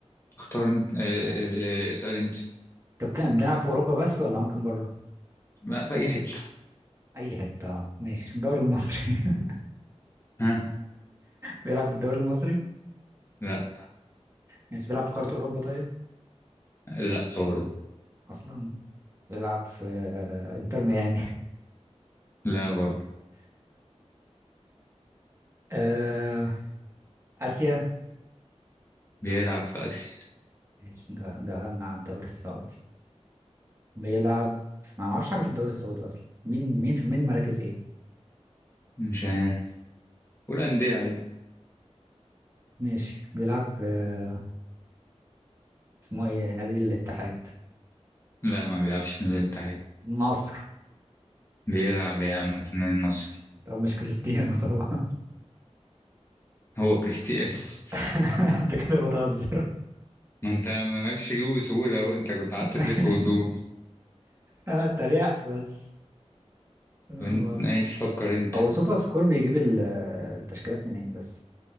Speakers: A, on the left; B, on the right.
A: اختار انت اه، اه،
B: ماشي
A: اه، اسأل انت
B: طب بتلعب بتلعب في اوروبا بس ولا ممكن بره
A: لا في اي حتة
B: اي حته آه، ماشي في الدوري المصري <laughs>
A: ها
B: بيلعب في الدوري المصري
A: لا
B: ماشي بيلعب في قاره اوروبا طيب
A: لا برضه
B: اصلا بيلعب في آه، انتر ميامي <laughs>
A: لا برضه
B: آه، اسيا
A: بيلعب في اسيا
B: ماشي دخ- دخلنا على الدوري السعودي بيلعب ما ما اعرفش حاجه في الدوري السعودي اصلا مين مين في مين مراكز ايه
A: مش عارف والأندية عادي
B: ماشي بيلعب في آه، اسمه ايه نادي الاتحاد
A: لا ما بيلعبش في نادي الاتحاد
B: النصر
A: بيلعب يا عم في نادي النصر
B: طب مش كريستيانو طبعا
A: هو كريستيانو <laughs>
B: <laughs> انت كده بتهزر
A: ما انت مالكش جيبه بسهولة اهو انت كنت قعدت
B: <laughs>
A: تلف وتدور
B: انا اتريقت بس لا،
A: وانت
B: هو
A: ماشي فكر انت
B: هو سوفا سكور بيجيب ال- التشكيلات منين بس